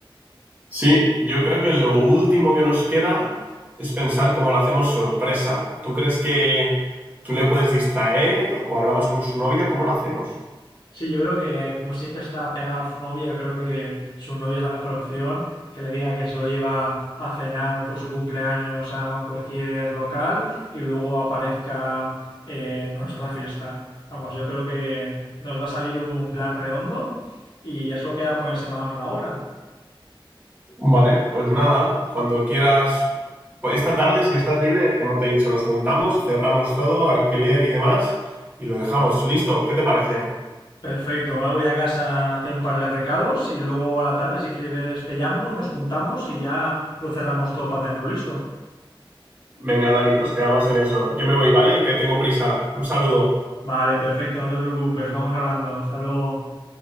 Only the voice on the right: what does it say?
Sí, yo creo que lo último que nos queda es pensar cómo lo hacemos sorpresa. ¿Tú crees que tú le puedes distraer o hablamos con su novia? ¿Cómo lo hacemos?
Vale, pues nada, cuando quieras, pues esta tarde, si estás libre, como te he dicho, nos juntamos, cerramos todo, alquiler y demás, y lo dejamos listo. ¿Qué te parece?
Venga, Dani, pues quedamos en eso. Yo me voy, ¿vale? Que tengo prisa. Un saludo.